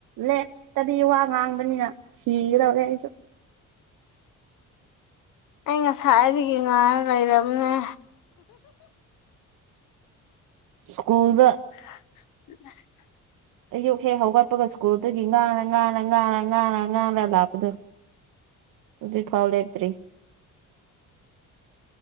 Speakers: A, on the right; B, on the left.
A: ꯂꯦꯞꯇꯕꯤ ꯋꯥ ꯉꯥꯡꯕꯅꯤꯅ ꯁꯤꯒꯗꯧꯔꯦ ꯑꯩꯁꯨ
B: ꯑꯩ ꯉꯁꯥꯏꯗꯒꯤ ꯉꯥꯡꯔ ꯂꯩꯔꯝꯅꯦ
A: ꯁ꯭ꯀꯨꯜꯗ
B: <unintelligible>
A: ꯑꯌꯨꯛ ꯍꯦꯛ ꯍꯧꯒꯠꯄꯒ ꯁ꯭ꯀꯨꯜꯗꯒꯤ ꯉꯥꯔ ꯉꯥꯔ ꯉꯥꯔ ꯉꯥꯔ ꯉꯥꯔ ꯂꯥꯛꯄꯗꯣ ꯍꯧꯖꯤꯛꯐꯥꯎ ꯂꯦꯞꯇ꯭ꯔꯤ